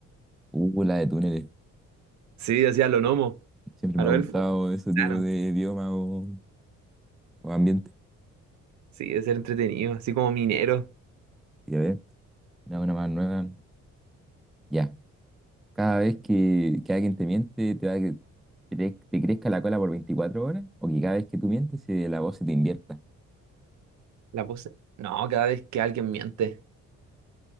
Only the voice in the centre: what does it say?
Uh, la de túneles.
Siempre
me
ha gustado
ese
tipo de idioma o o, ambiente.
Y a ver, una buena más nueva. Ya. Cada vez que, que alguien te miente, te va a que que te, te crezca la cola por 24 horas, o que cada vez que tú mientes, se- la voz se te invierta.